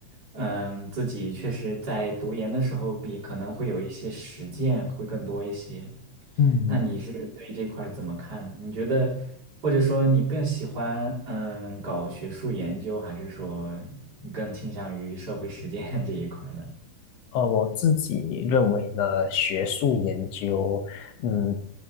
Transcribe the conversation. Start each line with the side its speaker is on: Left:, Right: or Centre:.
Right: 嗯，自己确实在读研的时候也可能会有一些实践会更多一些。
Left: 嗯，
Right: 那你是对这块儿怎么看呢？你觉得，或者说你更喜欢嗯搞学术研究，还是说你更倾向于社会实践 <laughs> 这一块儿呢？
Left: 呃，我自己认为呢，学术研究，嗯，